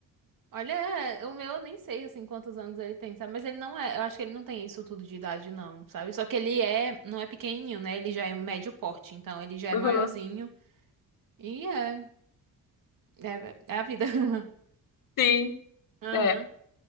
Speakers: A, on the right; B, on the left.
A: Olha, é, o meu eu nem sei assim quantos anos ele tem, sabe? Mas ele não é, eu acho que ele não tem isso tudo de idade não, sabe? Só que ele é, não é pequenininho, né? Ele já é médio porte, então ele já é
B: Aham.
A: maiorzinho. E é, é, é a vida. <laughs>
B: Sim.
A: Aham,
B: É,